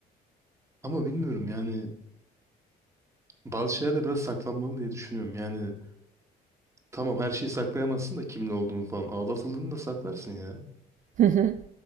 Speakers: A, on the right; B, on the right.
A: Ama bilmiyorum yani bazı şeyler de biraz saklanmalı diye düşünüyorum. Yani tamam her şeyi saklayamazsın da kimin olduğunu falan. Aldatıldığını da saklarsın ya.
B: <laughs> Hı hı.